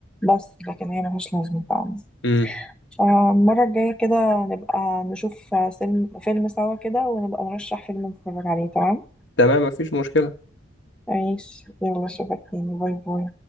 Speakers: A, in the centre; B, on the left (about 70°).
A: بس لكن هي ملهاش لازمة فعلا
B: امم
A: آه، المرة الجاية كده نبقى نشوف فيلم فيلم سوا كده ونبقى نرشح فيلم نتفرج عليه تمام
B: تمام مفيش مشكله
A: عيش يلا اشوفك تاني باي باي